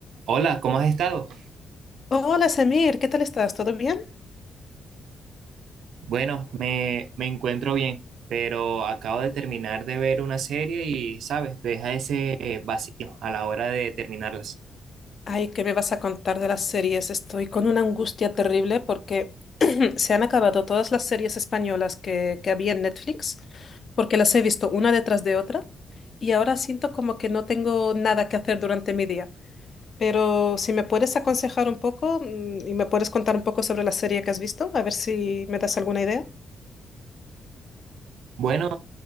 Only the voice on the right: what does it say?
Hola, ¿cómo has estado?
Bueno, me, me encuentro bien, pero acabo de terminar de ver una serie y, ¿sabes? Te Deja ese eh, vacío a la hora de terminarlas.
Bueno,